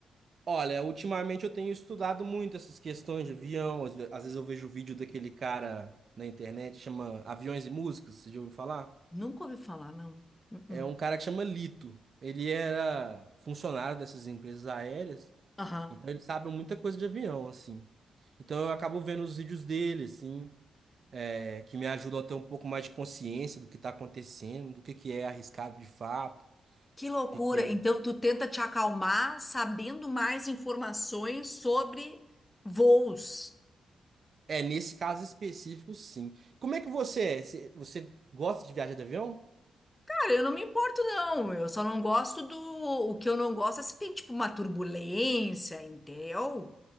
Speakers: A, on the right (about 55°); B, on the left (about 20°).
A: Olha, ultimamente eu tenho estudado muito essas questões de avião. Às ve- às vezes eu vejo vídeo daquele cara na internet, chama Aviões e Músicas, você já ouviu falar?
B: Nunca ouvi falar, não. Uh-uh.
A: É um cara que chama Lito. Ele era funcionário dessas empresas aéreas,
B: Aham.
A: então ele sabe muita coisa de avião, assim. Então eu acabo vendo os vídeos dele, assim, é, que me ajudam a ter um pouco mais de consciência do que está acontecendo, do que que é arriscado de fato,
B: Que loucura!
A: o que que é.
B: Então, tu tenta te acalmar sabendo mais informações sobre voos.
A: É, nesse caso específico, sim. Como é que você é? Você você gosta de viajar de avião?
B: Cara, eu não me importo, não. Eu só não gosto do. O que eu não gosto é se tem, tipo, uma turbulência, entendeu?